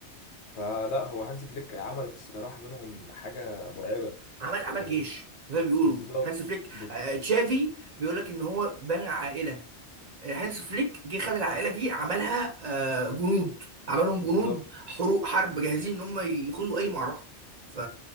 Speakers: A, on the left; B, on the right.
A: فلا هو هانز فليك عمل الصراحه منهم حاجه مرعبه
B: عمل عمل
A: آه،
B: جيش زي ما بيقولوا
A: بالظبط
B: هانس فليك
A: بز-
B: آه تشافي بيقول لك ان هو بنى عائله آه، هانس فليك جه خد العائله دي عملها آه جنود عملهم جنود
A: بالظبط
B: حروب حرب جاهزين ان هم يخوضوا اي معركه ف